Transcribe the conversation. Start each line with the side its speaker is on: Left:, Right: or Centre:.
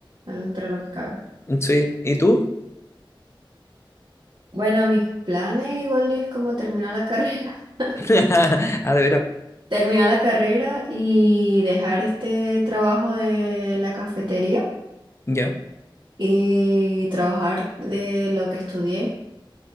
Right: entre lo que cabe.
Left: Sí, ¿y tú?
Right: Bueno, mis planes igual es como terminar la carrera. <laughs>
Left: <laughs> Ah, de veras.
Right: Terminar la carrera y dejar este trabajo de la cafetería
Left: Ya,
Right: y trabajar de lo que estudié